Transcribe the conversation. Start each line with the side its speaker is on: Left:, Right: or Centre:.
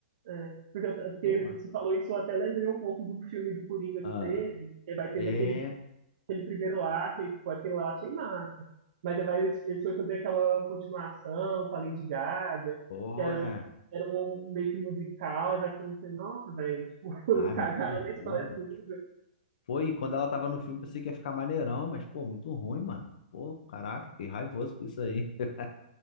Right: É, porque, eu- porque
Left: Sei lá.
Right: você falou isso, eu até lembrei um pouco do filme do Coringa que
Left: Ah,
Right: teve, que vai teve
Left: é.
Right: aquele, aquele primeiro lá, que tipo, aquele lá eu achei massa. Mas aí vai- eles foram fazer aquela continuação com a Lady Gaga,
Left: Pô,
Right: que era,
Left: né?
Right: era um meio que musical, aí vai fazer assim, nossa, velho, tipo, <laughs>
Left: ai
Right: cagaram
Left: muito
Right: na história
Left: ruim.
Right: pura.
Left: Foi, e quando ela tava no filme, pensei que ia ficar maneirão, mas, pô, muito ruim, mano. Pô, caraca, fiquei raivoso com isso aí. <laughs>